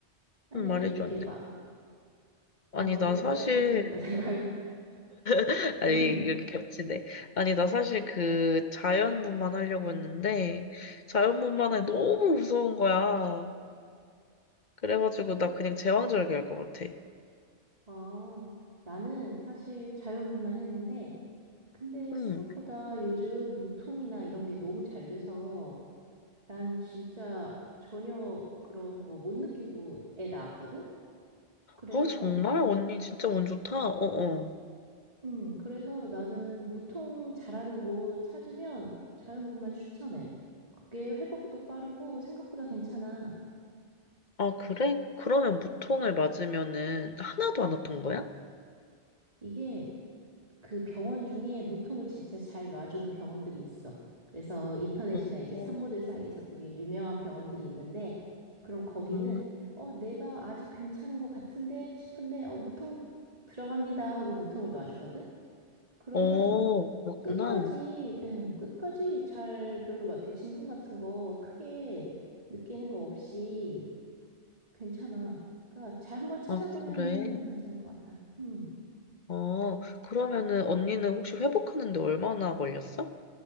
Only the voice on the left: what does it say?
음, 말해줘,
언니.
아니, 나
사실,
<laughs> 아니,
이렇게 겹치네. 아니, 나 사실 그 자연분만 하려고 했는데, 자연분만에 너무 무서운 거야. 그래가지고,
나 그냥 제왕절개 할 것 같아.
응.
어, 정말? 언니 진짜 운 좋다? 어어.
아, 그래? 그러면 무통을 맞으면은 하나도 안 아픈 거야?
어,
음,
어, 그렇구나.
아, 그래.
어, 그러면은 언니는 혹시 회복하는데 얼마나 걸렸어?